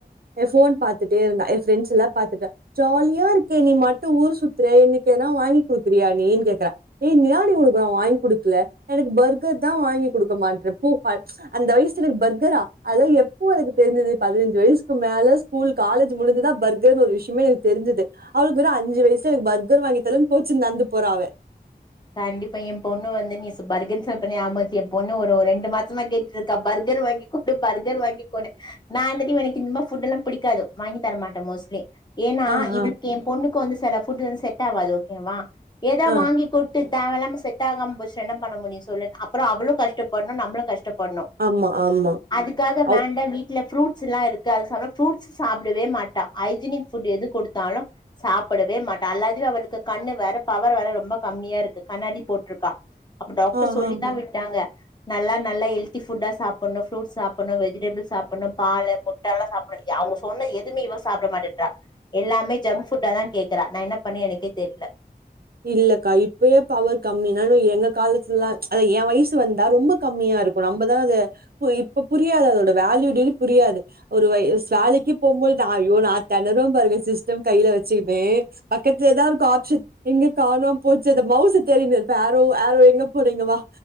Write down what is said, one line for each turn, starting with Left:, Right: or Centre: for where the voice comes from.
Right: என் ஃபோன் பாத்துட்டேருந்தா என் ஃப்ரெண்ட்ஸ் எல்லா பாத்துட்டா ஜாலியாருக்கே நீ மட்டு ஊர் சுத்ற எதனா வாங்கி குடுக்குறியா நீன் கேக்றா ஏ இன்னா டி உனுக்கு நா வாய்ங் குடுக்கல எனக்கு பர்கர் தா வாங்கி குடுக்க மாட்ற போ அ அந்த வயசுல பர்கரா அதாலா எப்போ எனக்கு தெரிஞ்சிது பதினஞ்சு வயசுக்கு மேல ஸ்கூல் காலேஜ் முடிஞ்சுதா பர்கர்ன்னு ஒரு விஷ்யமே எனக்கு தெரிஞ்சிது அவ்ளுக் வெறு அஞ்சு வயசு எனக்கு பர் பர்கர் வாங்கித்தலனு கோச்சுந்து நடந்து போறா அவ
Left: கண்டிப்பா என் பொண்ணு வந்து நீ பர்கர் சாப்ட்ட ஆமாச்சு என் பொண்ணு ஒரு ரெண்டு மாசமா கேட்டு இருக்கா பர்கர் வாங்கி கி கொடு பர்கர் வாங்கி கொனு நான்ட்ட எனக்கு இ புட்டு எல்லா பிடிக்காது வாங்கி தரமாட்ட மோஸ்ட்லி எனா
Right: ஆ
Left: இவளுக்கு
Right: ஆ
Left: என் பொண்ணுக்கு வந்து சில ஃபுட்டு வந்து செட் ஆவாது ஓகேவா ஏதா
Right: ஆ
Left: வாங்கி விட்டு தேவைையில்லாம செட் ஆகாம போச்சுன்னா பண்ண முடியு சொல்லு அப்றோ அவளு கஷ்டப்படணு நம்பளு கஷ்டப்படணு
Right: ஆமா ஆமா
Left: அதுக்காக வேண்டா
Right: அவ்
Left: வீட்டுல ஃப்ரூட்ஸ் எல்லா இருக்கு அது சாப்டுனா ஃப்ரூட்ஸ் சாப்பிடவே மாட்ட ஐஜினிக் ஃபுட் எது கொடுத்தாலு சாப்படவே மாட்டா அல்லது அவளுக்கு கண்ணு வேற பவர் வேற ரொம்ப கம்மியா இருக்கு கண்ணாடி போட்டிருக்கா அப்ப டாக்டர்
Right: ஆ
Left: சொல்லிதா
Right: ஆ ஆ
Left: விட்டாங்க நல்லா நல்லா ஹெல்தி புட்டா சாப்பணு ப்ரூட் சாப்பணு வெஜிடபுள் சாப்பணு பாலு முட் ட சாப்டணு அவுங்க சொன்ன எதுமே இவ சாப்ட மாட்டேன்றா எல்லாமே ஜங்க்ஃபுட்டா தா கேக்குறா நா என பண்ண எனக்கே தெரில
Right: இல்லக்கா இப்பயே பவர் கம்மினா எங்க காலத்துலல்லா அத எ வயசு வந்தா ரொம்ப கம்மியா இருக்கு நம்மதானே அது இப்ப புரியாது அதோட வேல்யூட்டி புரியாது ஒரு வே வேலைக்கு போகுபோது ஐயோ நா தேனறுவ பாருங்க சிஸ் டம் கையில வச்சுக்கிட்டே பக்கத்துலதா இருக்கு ஆப்சன் எங்க காணோ போச்சு மவுசு தேடிட்டு இருப்ப ஆரோ ஆரோ எங்க போன இங்கவா